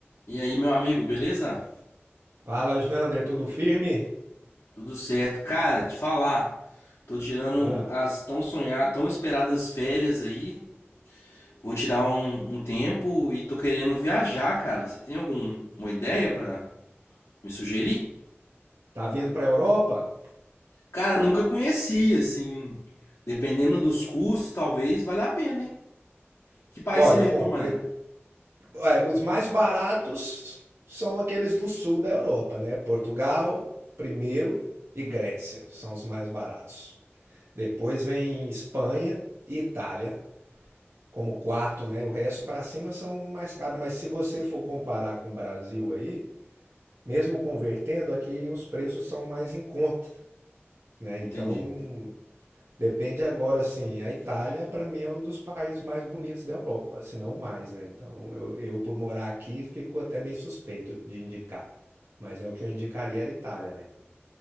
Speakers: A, on the left; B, on the right.
A: E aí, meu amigo, beleza?
B: Fala, Jander, tudo firme?
A: Tudo certo. Cara, te falar, tô tirando
B: Ah,
A: as tão sonhadas, tão esperadas férias aí. Vou tirar um, um tempo e tô querendo viajar, cara. Você tem alguma ideia pra me sugerir?
B: tá vindo para a Europa?
A: Cara, nunca conheci, assim. Dependendo dos custos, talvez valha a pena, hein? Que país
B: Olha,
A: você me
B: bom,
A: recomenda?
B: prim- é, os mais baratos são aqueles do sul da Europa, né? Portugal, primeiro, e Grécia são os mais baratos. Depois vem Espanha e Itália como quarto, né? O resto para cima são mais caros, mas se você for comparar com o Brasil aí, mesmo convertendo aqui, os preços são mais em conta, né?
A: Entendi.
B: Então, Depende agora, assim, a Itália para mim é um dos países mais bonitos da Europa, se não o mais, né? Então, eu, eu por morar aqui fico até meio suspeito de indicar, mas é o que eu indicaria era a Itália, né?